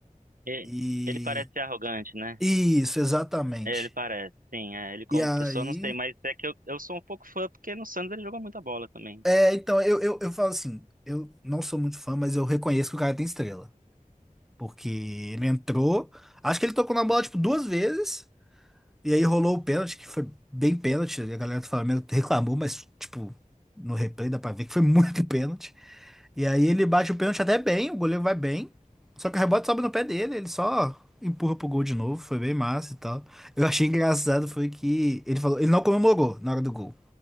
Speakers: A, on the right; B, in the centre.
A: E-
B: E
A: Ele parece ser arrogante, né?
B: isso, exatamente.
A: Ele parece, sim. É, ele como
B: E aí,
A: pessoa, não sei, mas é que eu, eu sou um pouco fã porque no Santos ele jogou muita bola também.
B: é, então eu, eu, eu falo assim, eu não sou muito fã, mas eu reconheço que o cara tem estrela, porque ele entrou, acho que ele tocou na bola tipo duas vezes. E aí rolou o pênalti, que foi bem pênalti. A galera do Flamengo reclamou, mas, tipo, no replay dá pra ver que foi muito <laughs> pênalti. E aí ele bate o pênalti até bem, o goleiro vai bem. Só que o rebote sobe no pé dele, ele só empurra pro gol de novo. Foi bem massa e tal. Eu achei engraçado foi que ele falou, ele não comemorou na hora do gol.